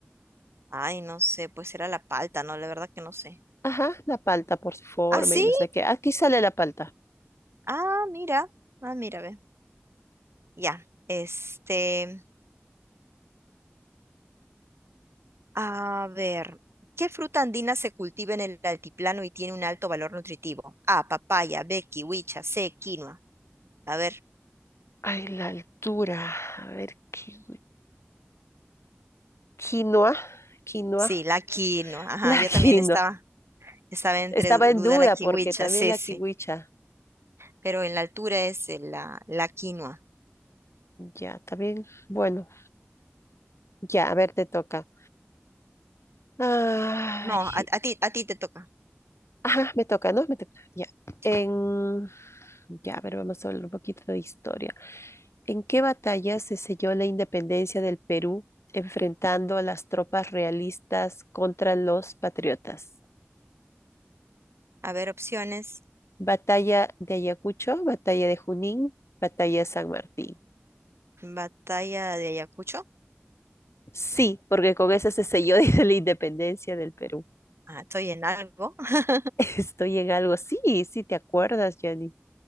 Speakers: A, on the right; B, on the left.
A: Ay, no sé, pues era la palta, ¿no? La verdad que no sé.
B: Ajá, la palta por su forma
A: Ah, sí.
B: y no sé qué. Aquí sale la palta.
A: Ah, mira. Ah, mira, ve. Ya, este, a ver, ¿qué fruta andina se cultiva en el altiplano y tiene un alto valor nutritivo? A, papaya, B, kiwicha, C, quinoa. A ver,
B: Ay, la altura. A ver, qui- quinoa, quinoa,
A: sí, la
B: <laughs>
A: quinoa. Ajá,
B: la
A: yo también
B: quinoa.
A: estaba, estaba entre
B: Estaba
A: duda
B: en duda
A: la kiwicha,
B: porque también
A: sí,
B: la
A: sí,
B: kiwicha.
A: pero en la altura es eh, la, la quinoa.
B: Ya, también. Bueno, ya, a ver, te toca. Ay,
A: No, a, a ti, a ti te toca.
B: ajá, me toca, ¿no? Me toca. Ya.
A: Sí.
B: En, ya, a ver, vamos a hablar un poquito de historia. ¿En qué batalla se selló la independencia del Perú enfrentando a las tropas realistas contra los patriotas?
A: A ver, opciones.
B: Batalla de Ayacucho, Batalla de Junín, Batalla de San Martín.
A: Batalla de Ayacucho.
B: Sí, porque con esa se selló <laughs> dice, la independencia del Perú.
A: Ah, estoy en algo, <laughs>
B: <laughs> Estoy en algo. Sí, sí, te acuerdas, Jenny.